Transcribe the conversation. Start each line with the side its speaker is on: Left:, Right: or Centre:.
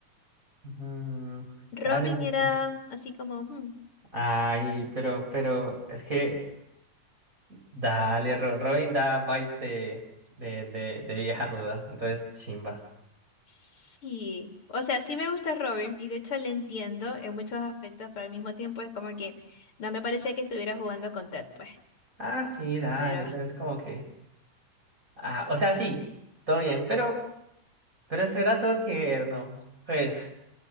Right: mm,
Left: Robin
Right: dale, no
Left: era
Right: sé.
Left: así como, hmm,
Right: Ay, pero, pero, es que. Dale, Ro- Robin da vibes de, de, de, de vieja ruda. Entonces, chimba.
Left: sí. O sea, sí me gusta Robin y de hecho le entiendo en muchos aspectos, pero al mismo tiempo es como que no me parecía que estuviera jugando con Ted, pues.
Right: Ah, sí, dale,
Left: Pero
Right: pero es como que, ah, o sea, sí, todo bien, pero, pero ese era todo tierno. Pues,